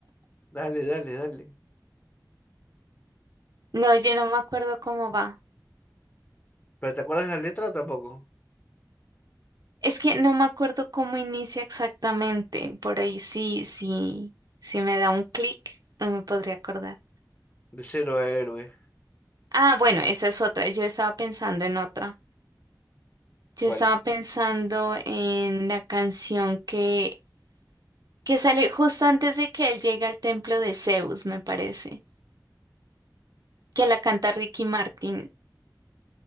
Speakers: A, on the left; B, on the right.
A: Dale, dale, dale.
B: No, yo no me acuerdo cómo va.
A: ¿Pero te acuerdas la letra tampoco?
B: Es que no me acuerdo cómo inicia exactamente. Por ahí sí, sí, sí me da un clic, no me podría acordar.
A: De cero a héroe.
B: Ah, bueno, esa es otra. Yo estaba pensando en otra. Yo
A: ¿Cuál?
B: estaba pensando en la canción que, que sale justo antes de que él llegue al templo de Zeus, me parece. Que la canta Ricky Martin.